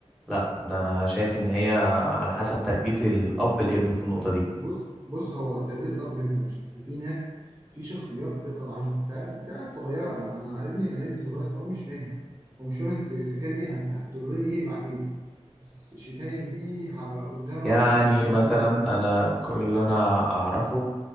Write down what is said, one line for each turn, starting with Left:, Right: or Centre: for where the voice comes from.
Centre: لا ده انا شايف ان هي على حسب تربيه الاب الابن في النقطه دي
Right: بص بص هو تربية الأب والابن ماشي بس في ناس في شخصيات بتبقى ضعيفة فع- في عيال صغيرة أنا أنا ابني أنا ابني صغير فهو مش فاهم هو مش فاهم الس- السكاكين دي هت- هتضرني إيه بعدين الس- الشتايم دي هبقى قدامها
Centre: يعني
Right: وحش إزاي
Centre: مثلا
Right: قدام الناس
Centre: انا كل اللي انا اعرفه